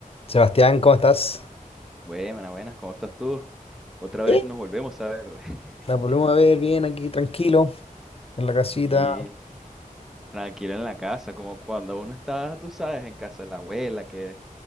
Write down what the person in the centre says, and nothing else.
Buenas, buenas, ¿cómo estás tú? Otra vez
nos volvemos a ver. <laughs>
Y tranquilo en la casa, como cuando uno está, tú sabes, en casa de la abuela, que,